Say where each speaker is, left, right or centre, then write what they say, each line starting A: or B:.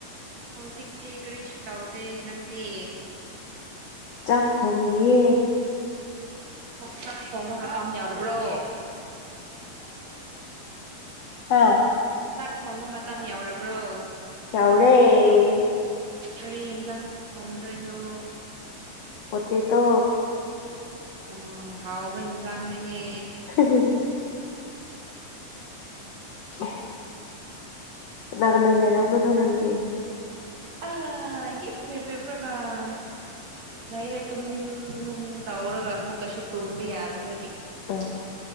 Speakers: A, on the right; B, on the left.
A: ꯍꯧꯖꯤꯛꯇꯤ ꯀꯔꯤꯁꯨ ꯇꯧꯗꯦ ꯅꯪꯗꯤ
B: ꯆꯥꯛ ꯊꯣꯡꯔꯤꯌꯦ
A: ꯆꯥꯛ ꯊꯣꯡꯕ ꯃꯇꯝ ꯌꯥꯎꯔꯕ꯭ꯔꯣ
B: ꯍꯥꯥ
A: ꯆꯥꯛ ꯊꯣꯡꯕ ꯃꯇꯝ ꯌꯧꯔꯕ꯭ꯔꯣ
B: ꯌꯧꯔꯦ
A: ꯀꯔꯤ ꯌꯦꯟꯖꯥꯡ ꯊꯣꯡꯗꯣꯏꯅꯣ
B: ꯄꯣꯇꯦꯇꯣ
A: ꯑ ꯍꯥꯎꯕ ꯑꯦꯟꯖꯥꯡꯅꯦꯍꯦ
B: <unintelligible> <inaudible> ꯀꯅꯥ ꯀꯅꯥ ꯂꯩꯔꯝꯃꯅꯣ ꯅꯪꯗꯤ
A: ꯑ ꯍꯤꯞ ꯍꯤꯞꯄꯦꯕ꯭ꯔꯒ ꯂꯩꯌꯦ ꯇꯨꯝꯅꯤꯡꯒꯨꯝ ꯇꯧꯔꯒ ꯑꯃꯨꯛꯀꯁꯨ ꯇꯨꯝꯕ ꯌꯥꯗꯕꯒꯤ
B: ꯑꯣ